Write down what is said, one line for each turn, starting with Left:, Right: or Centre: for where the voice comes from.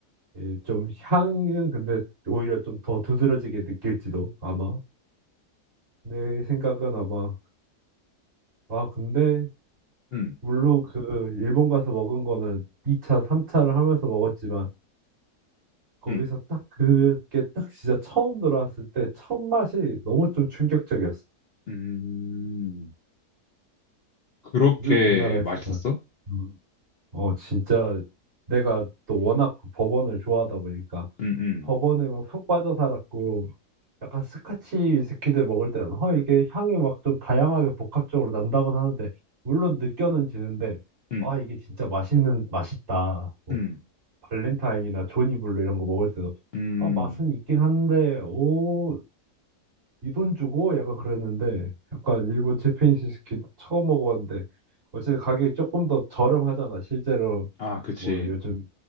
Right: 이좀 향은 근데 오히려 좀 더 두드러지게 느낄지도 아마 내 생각은 아마 아 근데
Left: 음,
Right: 물론 그 일본 가서 먹은 거는 2차, 3차를 하면서 먹었지만 거기서
Left: 음,
Right: 딱 그게 딱 진짜 처음 들어왔을 때 첫 맛이 너무 좀 충격적이었어.
Left: 음. 그렇게
Right: 왜 우리나라에서는
Left: 맛있었어?
Right: 음. 어, 진짜 내가 또 워낙 그 버번을 좋아하다 보니까
Left: 음, 음,
Right: 버번에 막 푹 빠져 살았고 약간 스카치 위스키들 먹을 때는 어, 이게 향이 막 좀 다양하게 복합적으로 난다곤 하는데 물론 느껴는 지는데
Left: 음,
Right: 와 이게 진짜 맛있는 맛있다. 뭐
Left: 음,
Right: 발렌타인이나 조니블루 이런 거 먹을 때도
Left: 음.
Right: 아 맛은 있긴 한데 오 이 돈 주고 약간 그랬는데 약간 일본 제페니스 스키 처음 먹어봤는데 어쨌든 가격이 조금 더 저렴하잖아. 실제로
Left: 아, 그치.
Right: 뭐 요즘